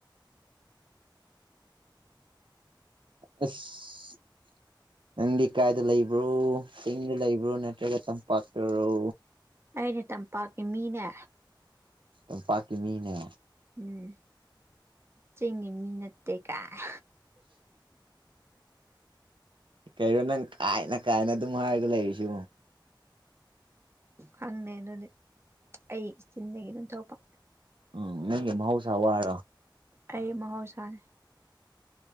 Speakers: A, on the right; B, on the right.
A: ꯎꯝ <inaudible>
B: ꯑꯁ ꯅꯪꯗꯤ ꯀꯥꯏꯗ ꯂꯩꯕ꯭ꯔꯣ ꯆꯤꯡꯗ ꯂꯩꯕ꯭ꯔꯣ ꯅꯠꯇ꯭ꯔꯒ ꯇꯝꯄꯥꯛꯇꯔꯣ
A: ꯑꯩꯩꯅ ꯇꯝꯄꯥꯛꯀꯤ ꯃꯤꯅꯦ
B: ꯑꯗꯨꯝ ꯄꯥꯀꯤ ꯃꯤꯅꯦ
A: ꯎꯝ ꯆꯤꯡꯉꯤ ꯃꯤ ꯅꯠꯇꯦꯀꯥꯏ
B: ꯀꯩꯅꯣ ꯅꯪ ꯀꯥꯏꯅ ꯀꯥꯏꯅ ꯑꯗꯨꯝ ꯍꯥꯏꯔꯒ ꯂꯩꯔꯤꯁꯤ
A: ꯍꯪꯅꯦ ꯅꯅꯦ ꯑꯩ ꯏꯆꯤꯟꯗꯒꯤ ꯑꯗꯨꯣꯏ ꯊꯣꯛꯛꯄ
B: ꯎꯝ ꯅꯦ ꯃꯍꯧꯁꯥ ꯋꯥꯔ
A: ꯑꯩ ꯃꯍꯧꯁꯥꯅꯤ